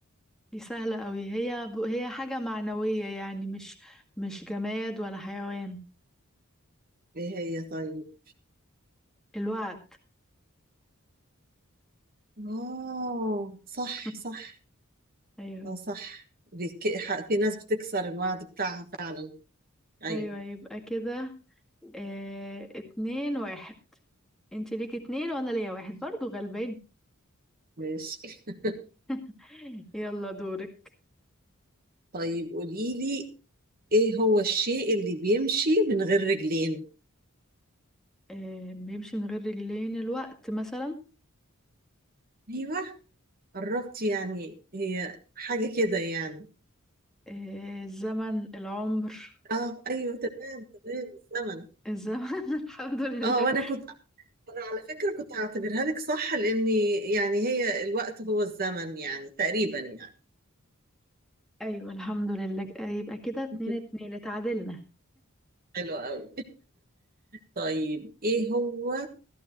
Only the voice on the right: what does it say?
ايه هي طيب
اوه صح
صح
اه صح بيك... ح- في ناس بتكسر الوعد بتاعها فعلا ايوه
ماشي <laughs>
طيب قولي لي ايه هو الشيء اللي بيمشي من غير رجلين
ايوه قربت يعني هي حاجة كده يعني
اه ايوه تمام تمام الزمن
اه وانا كنت انا على فكرة كنت هعتبرها لك صح لاني يعني هي الوقت هو الزمن يعني تقريبا يعني
<laughs>
حلو قوي طيب ايه هو